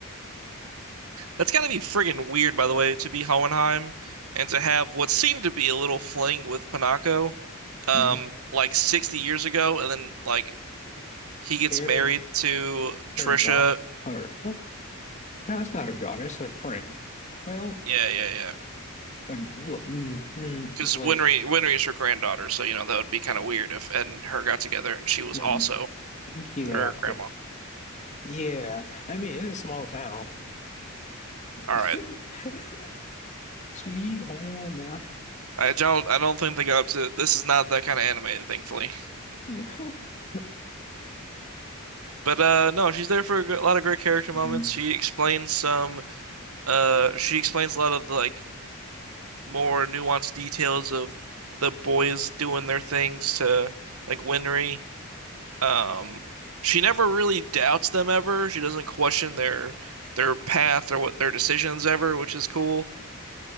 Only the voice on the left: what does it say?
hmm
Bury
her dog. Her, what? No, that's not her daughter. It's their friend. Well,
like, well, mm, mm,
it's like,
mm,
yeah,
yeah, yeah. I mean, it's a small town.
<laughs>
Sweet home, Al.
<laughs>
Mm.